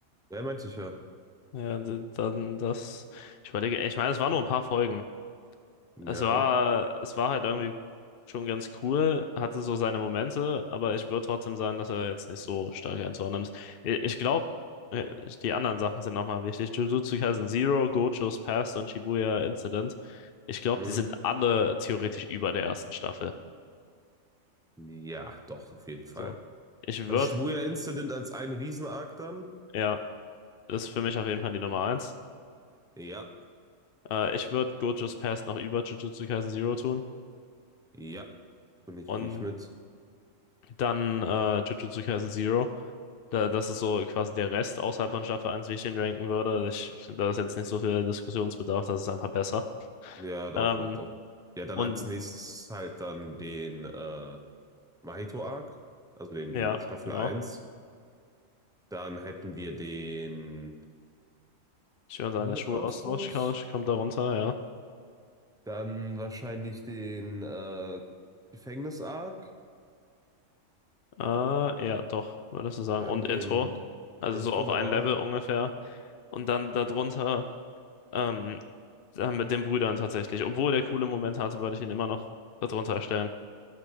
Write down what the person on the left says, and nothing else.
ja, d- dann das, ich überlege, ich meine, es waren nur ein paar Folgen,
Es war, es war halt irgendwie schon ganz cool, hatte so seine Momente, aber ich würde trotzdem sagen, dass er jetzt nicht so stark einzuordnen ist. I- Ich glaube, die anderen Sachen sind nochmal wichtig. Jujutsu Kaisen Zero, Gojo's Past und Shibuya Incident. Ich glaube,
die sind alle theoretisch über der ersten Staffel.
So. Ich
würde,
ja, ist für mich auf jeden Fall die Nummer eins.
Äh, ich würde Gojo's Past noch über Jujutsu Kaisen Zero tun
und
dann äh, Jujutsu Kaisen Zero. Da, das ist so quasi der Rest außerhalb von Staffel eins, wie ich den ranken würde. Ich finde, da ist jetzt nicht so viel Diskussionsbedarf, das ist einfach besser.
Ähm,
und
ja,
genau.
Ich höre dann
der Schulaustausch Couch kommt da runter,
ja. Äh, ja, doch, würdest du sagen.
Und
Intro. Also
so auf
ein Level ungefähr. Und dann darunter, ähm, dann mit den Brüdern tatsächlich. Obwohl der coole Moment hatte, würde ich ihn immer noch darunter stellen.